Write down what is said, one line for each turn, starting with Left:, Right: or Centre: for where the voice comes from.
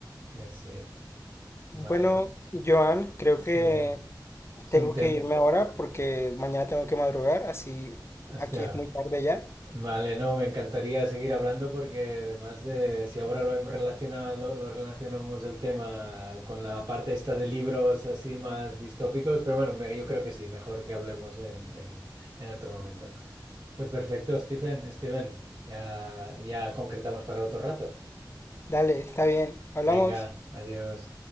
Right: Ese, vaya,
Left: Bueno, Joan, creo
Right: sí,
Left: que
Right: es
Left: tengo
Right: un tema,
Left: que irme ahora porque mañana tengo que madrugar, así
Right: hostia,
Left: aquí es muy tarde ya.
Right: vale, no, me encantaría seguir hablando porque además de, si ahora lo hemos relacionado, lo relacionamos el tema con la parte esta de libros así más distópicos, pero bueno, me- yo creo que sí, mejor que hablemos en, en, en otro momento. Pues perfecto, Stephen, Steven, ya, ya concretamos para otro rato.
Left: Dale, está bien, hablamos.
Right: Venga, adiós.